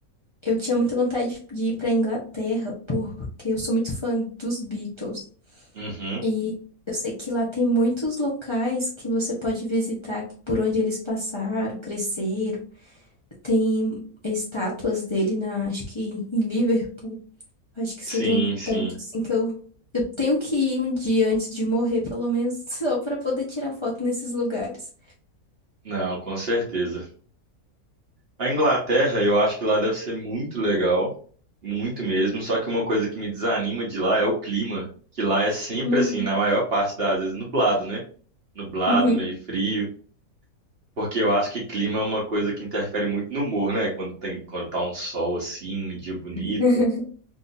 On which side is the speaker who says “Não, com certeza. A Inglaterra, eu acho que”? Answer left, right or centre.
Right